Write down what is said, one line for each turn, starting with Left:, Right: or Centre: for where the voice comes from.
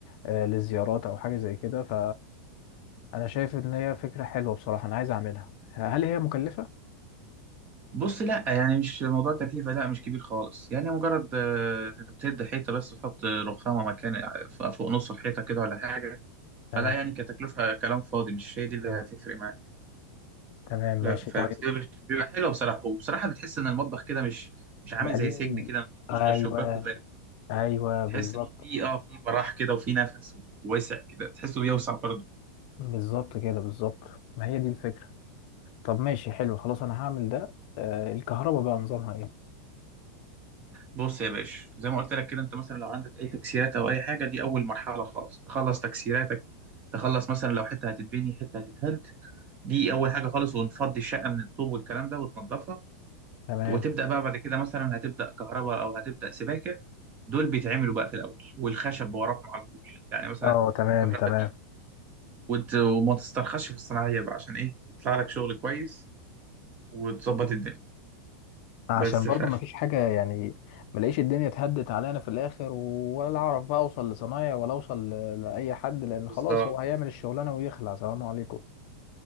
Left: آه، للزيارات او حاجة زي كده ف انا شايف ان هي فكرة حلوة بصراحة انا عايز اعملها هل هي مكلفة
Right: بص لا يعني مش موضوع تكلفه لا مش كبير خالص يعني مجرد آه، بتهد حيطه بس تحط رخامه مكان آه، فوق نص الحيطه كده ولا حاجه فلا
Left: تمام
Right: يعني كتكلفة كلام فاضي مش هي دي اللي هتفرق معاك
Left: تمام ماشي
Right: لا فبس
Left: طيب
Right: هي مش- بيبقى حلوة بصراحة وبصراحة بتحس إن المطبخ كده مش مش عامل
Left: بقالي
Right: زي سجن كده ما فيهوش
Left: ايوه
Right: غير شباك وباب
Left: ايوه بالظبط
Right: تحس إن هو في اه في براح كده وفي نفس وواسع كده تحسه بيوسع برضه
Left: بالظبط كده بالظبط ما هي دي الفكرة طب ماشي حلو خلاص انا هعمل ده آه، الكهرباء بقى نظامها ايه
Right: بص يا باشا زي ما قلت لك كده أنت مثلا لو عندك أي تكسيرات أو أي حاجة دي أول مرحلة خالص تخلص تكسيراتك تخلص مثلا لو حتة هتتبني حتة هتتهد دي أول حاجة خالص ونفضي الشقة من الطوب والكلام ده وتنضفها
Left: تمام
Right: وتبدأ بقى بعد كده مثلا هتبدأ كهرباء أو هتبدأ سباكة دول بيتعملوا بقى في الأول والخشب وراهم على طول يعني مثلا
Left: اه تمام
Right: الكهرباء
Left: تمام
Right: دي وت... وما تسترخصش في الصناعية بقى عشان إيه يطلع لك شغل كويس وتظبط الدنيا
Left: عشان
Right: بس
Left: برضو
Right: ف
Left: ما فيش حاجة يعني ملاقيش الدنيا اتهدت علينا في الآخر ولا أعرف بقى أوصل لصنايع ولا أوصل ل- لأي حد لأن
Right: بالظبط
Left: خلاص هو هيعمل الشغلانة ويخلع سلام عليكم